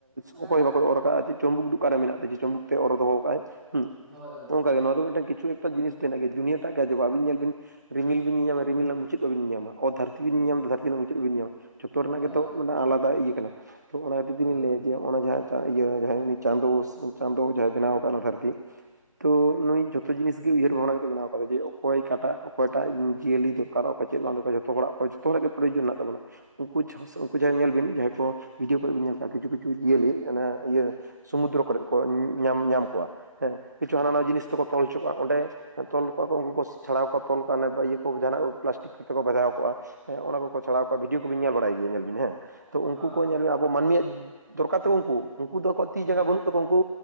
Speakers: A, in the centre; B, on the right.
A: ᱦᱮᱸ,
B: ᱚᱠᱚᱭ ᱵᱟᱠᱚ ᱚᱨ ᱠᱟᱜᱼᱟ ᱪᱮᱜ ᱪᱚᱢᱵᱩᱠ ᱫᱚ ᱚᱠᱟᱨᱮ ᱢᱮᱱᱟᱜ ᱛᱟ ᱡᱮ ᱪᱩᱚᱢᱵᱩᱠ ᱛᱮ ᱚᱨᱚ ᱫᱚᱦᱚ ᱠᱟᱜ ᱟᱭ
A: ᱦᱳᱭ ᱜᱚᱝᱠᱮ,
B: ᱱᱚᱝᱠᱟ ᱜᱮ ᱱᱚᱣᱟ ᱫᱚ ᱢᱤᱫᱴᱟᱝ ᱠᱤᱪᱷᱩ ᱮᱠ ᱡᱤᱱᱤᱥ ᱛᱮᱱᱟᱜ ᱜᱮ ᱫᱩᱱᱤᱭᱟᱹ ᱴᱟᱜ ᱜᱮ ᱟᱡᱚᱵᱟ ᱟᱵᱤᱱ ᱧᱮᱞᱵᱤᱱ ᱨᱤᱢᱤᱞ ᱵᱤᱱ ᱧᱮᱞ ᱧᱟᱢᱟ ᱨᱤᱢᱤᱞ ᱨᱮᱱᱟᱜ ᱢᱩᱪᱩᱜ ᱵᱟ ᱵᱤᱱ ᱧᱮᱞ ᱧᱟᱢᱟ ᱛᱚ ᱫᱷᱟᱨᱛᱤ ᱧᱟᱢ ᱫᱟ ᱫᱷᱟᱨᱛᱤ ᱨᱮᱱᱟᱜ ᱢᱩᱪᱟᱹᱫ ᱵᱟᱵᱤᱱ ᱧᱟᱢ ᱡᱚᱛᱚ ᱨᱮᱱᱟᱜ
A: ᱵᱟ,
B: ᱜᱮᱛᱚ ᱟᱞᱟᱫᱟ ᱤᱭᱟᱹ ᱠᱟᱱᱟ ᱛᱚ ᱚᱱᱟ ᱠᱷᱟᱹᱤᱨ
A: ᱦᱳᱭ,
B: ᱛᱤᱧ ᱞᱟᱹᱭᱟ ᱡᱮ ᱚᱱᱟ ᱡᱟᱦᱟᱸ ᱤᱭᱟᱹ ᱡᱟᱦᱟᱸ ᱩᱱᱤ ᱪᱟᱸᱫᱳ ᱪᱟᱸᱫᱚ ᱡᱟᱦᱟᱸᱭ ᱵᱮᱱᱟᱣ ᱠᱟᱜᱼᱟ ᱚᱱᱟ ᱫᱷᱟᱹᱨᱛᱤ ᱛᱚ ᱱᱩᱭ ᱡᱷᱚᱛᱚ ᱡᱤᱱᱤᱥ ᱜᱮ ᱩᱭᱦᱟᱹᱨ ᱵᱷᱟᱲᱟ ᱠᱟᱛᱮ ᱵᱮᱱᱟᱣ ᱟᱠᱟᱫᱟ ᱡᱮ ᱚᱠᱚᱭ ᱠᱟᱴᱟᱜ ᱚᱠᱚᱭᱴᱟᱜ ᱡᱤᱭᱟᱹᱞᱤ ᱫᱚᱨᱠᱟᱨ ᱚᱠᱟᱴᱟᱜ ᱚᱠᱚᱭ ᱪᱮᱜ ᱵᱟᱝ ᱫᱚ ᱡᱚᱛᱚ ᱦᱚᱲᱟᱜ ᱡᱚᱛᱚ ᱦᱚᱲᱟᱜ ᱜᱮ ᱯᱨᱚᱭᱳᱡᱚᱱ ᱢᱮᱱᱟᱜ ᱛᱟᱵᱚᱱᱟ ᱩᱱᱠᱩᱡ ᱩᱱᱠᱩ ᱡᱟᱦᱟᱭ ᱧᱮᱞ ᱵᱤᱱ ᱡᱟᱦᱟᱸᱭ ᱠᱚ ᱵᱷᱤᱰᱤᱭᱳ ᱠᱚᱵᱤᱱ ᱧᱮᱞᱫᱟ ᱠᱤᱪᱷᱩ ᱠᱤᱪᱷᱩ ᱪᱩ ᱡᱤᱭᱟᱹᱞᱤ ᱤᱭᱟᱹ ᱥᱩᱢᱩᱫᱫᱨᱚ ᱠᱚᱨᱮ ᱠᱚ ᱧᱟᱢ ᱧᱟᱢ ᱠᱚᱣᱟ ᱦᱮᱸ ᱠᱤᱪᱷᱩ
A: ᱦᱳᱭ,
B: ᱦᱟᱱᱟ ᱱᱟᱣᱟ ᱡᱤᱱᱤᱥ ᱛᱮᱠᱚ ᱛᱚᱞ ᱦᱚᱪᱚ ᱠᱚᱣᱟ ᱚᱸᱰᱮ ᱛᱚᱞ ᱠᱚᱣᱟ ᱠᱚ ᱩᱱᱠᱩ ᱠᱚ ᱪᱷᱟᱲᱟᱣ ᱠᱚᱣᱟ ᱛᱚᱞ ᱠᱚᱣᱟ ᱤᱭᱟᱹ ᱠᱚ ᱡᱟᱦᱟᱱᱟᱜ ᱠᱚ ᱯᱞᱟᱥᱴᱤᱠ ᱛᱮᱠᱚ ᱵᱟᱡᱷᱟᱣ ᱠᱚᱜᱼᱟ ᱦᱮᱸ ᱚᱱᱟ ᱠᱚᱠᱚ
A: ᱦᱩᱸ,
B: ᱪᱷᱟᱲᱟᱣ ᱠᱚᱣᱟ ᱵᱷᱤᱰᱤᱭᱳ ᱠᱚᱵᱤᱱ ᱧᱮᱞ ᱵᱟᱲᱟᱭ ᱜᱮᱭᱟ ᱧᱮᱞ ᱵᱤᱱ ᱦᱮᱸ ᱛᱚ ᱩᱱᱠᱩ
A: ᱦᱳᱭ,
B: ᱠᱚ ᱧᱮᱞ ᱟᱵᱚ ᱢᱟᱹᱱᱢᱤᱭᱟᱜ ᱫᱚᱨᱠᱟᱨ ᱛᱟᱠᱚ ᱩᱱᱠᱩ ᱩᱱᱠᱩ ᱫᱚ ᱟᱠᱚᱣᱟᱜ ᱛᱤ
A: ᱦᱮᱸ,
B: ᱡᱟᱸᱜᱟ ᱵᱟᱹᱱᱩᱜ ᱛᱟᱠᱚ ᱩᱱᱠᱩ